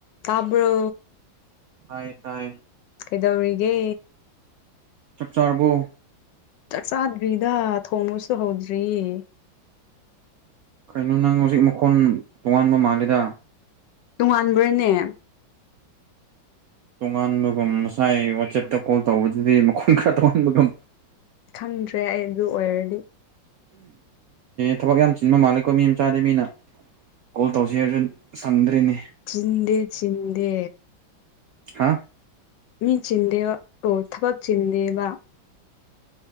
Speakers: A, on the left; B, on the right.
A: ꯇꯥꯕ꯭ꯔꯣ
B: ꯍꯥꯏꯌꯦ ꯇꯥꯏꯌꯦ
A: ꯀꯩꯗꯧꯔꯤꯒꯦ
B: ꯆꯥꯛ ꯆꯥꯔꯕꯣ
A: ꯆꯥꯛ ꯆꯥꯗ꯭ꯔꯤꯗ ꯊꯣꯡꯕꯁꯨ ꯍꯧꯗ꯭ꯔꯤꯌꯦ
B: ꯀꯩꯅꯣ ꯅꯪ ꯍꯧꯖꯤꯛ ꯃꯈꯣꯟ ꯇꯣꯉꯥꯟꯕ ꯃꯥꯂꯤꯗ
A: ꯇꯣꯉꯥꯟꯕ꯭ꯔꯥꯅꯦ
B: ꯇꯣꯉꯥꯟꯕꯒꯨꯝ ꯉꯁꯥꯏ ꯋꯥꯆꯦꯞꯇ ꯀꯣꯜ ꯇꯧꯕꯗꯨꯗꯤ ꯃꯈꯣꯟ ꯈꯔ ꯇꯣꯉꯥꯟꯕꯒꯨꯝ
A: ꯈꯪꯗ꯭ꯔꯦ ꯑꯩ ꯑꯗꯨ ꯑꯣꯏꯔꯗꯤ
B: ꯊꯕꯛ ꯌꯥꯝ ꯆꯤꯟꯕ ꯃꯥꯜꯂꯦꯀꯣ ꯃꯤ ꯃꯆꯥꯗꯤ ꯃꯤꯅ ꯀꯣꯜ ꯇꯧꯁꯦ ꯍꯥꯏꯔꯁꯨ ꯁꯪꯗ꯭ꯔꯦꯅꯦ
A: ꯆꯤꯟꯗꯦ ꯆꯤꯟꯗꯦ
B: ꯍꯥꯥ
A: ꯃꯤ ꯆꯤꯟꯗꯦꯕ ꯑꯣ ꯊꯕꯛ ꯆꯤꯟꯗꯦꯕ